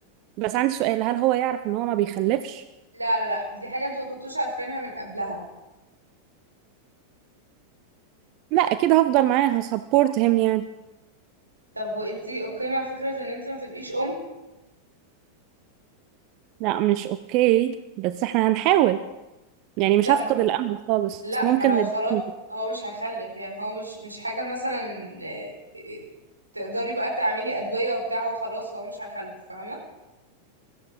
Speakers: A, on the right; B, on the right.
A: بس عندي سؤال هل هو يعرف ان هو ما بيخلفش
B: لا لا لا دي حاجة انتوا ما كنتوش عارفينها من قبلها
A: لا اكيد هفضل معاه هسبورت هيم يعني
B: طب وانتي اوكي مع فكرة ان انتي ما تبقيش أم
A: لا مش اوكي بس احنا هنحاول يعني مش
B: لا
A: هفقد
B: ما
A: الامل خالص
B: لا
A: ممكن
B: ما هو
A: نديله
B: خلاص هو مش هيخلف يعني هو مش مش حاجة مثلا إيه، إيه، تقدري بقى تعملي أدوية وبتاع هو خلاص هو مش هيخلف فاهمة